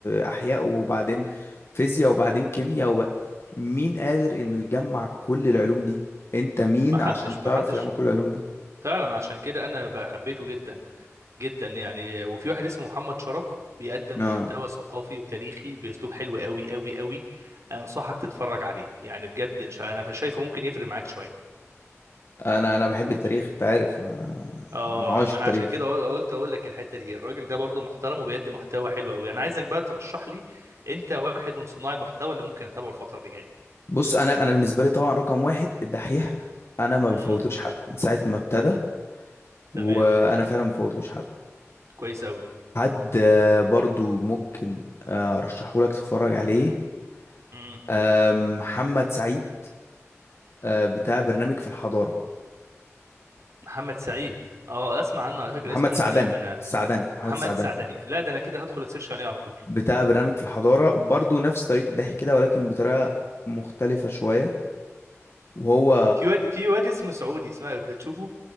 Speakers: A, on the left (about 55°); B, on the right (about 70°).
A: احياء وبعدين فيزياء وبعدين كيمياء وب... مين قادر انه يجمع كل العلوم دي انت مين
B: ما حدش
A: عشان
B: ما
A: تعرف
B: حدش
A: تجمع كل العلوم دي
B: فعلا عشان كده انا بحبيته جدا جدا يعني وفي واحد اسمه محمد شرف بيقدم
A: اه
B: محتوى ثقافي وتاريخي باسلوب حلو قوي قوي قوي انصحك تتفرج عليه يعني بجد إن شاء- انا شايفه ممكن يفرق معاك
A: انا انا بحب
B: شويه
A: التاريخ انت عارف آه،
B: اه
A: انا عاشق
B: ما انا
A: تاريخ
B: عشان كده قل- قلت اقول لك الحته دي الراجل ده برضو محترم وبيقدم محتوى حلو قوي انا عايزك بقى ترشح لي انت واحد من صناع المحتوى اللي ممكن اتابعه الفتره اللي جايه
A: بص انا انا بالنسبه لي طبعا رقم واحد الدحيح انا ما بفوتلوش
B: امم
A: حلقه من ساعه ما ابتدى وانا
B: تمام
A: فعلا ما بفوتلوش حلقه
B: كويس قوي
A: حد آه، برضو ممكن ارشحه لك تتفرج عليه
B: امم
A: آم، محمد سعيد آه، بتاع برنامج في الحضارة
B: محمد سعيد اه اسمع عنه على فكره
A: محمد
B: اسمه مش
A: سعدني
B: غريب انا
A: السعدني محمد
B: محمد
A: سعدني
B: سعدني لا ده انا كده هدخل اسيرش عليه على طول
A: بتاع برنامج في الحضارة برضو نفس طريقة الضحك كده ولكن بطريقة مختلفة شوية وهو
B: في واد في واد اسمه سعودي اسمه بتشوفه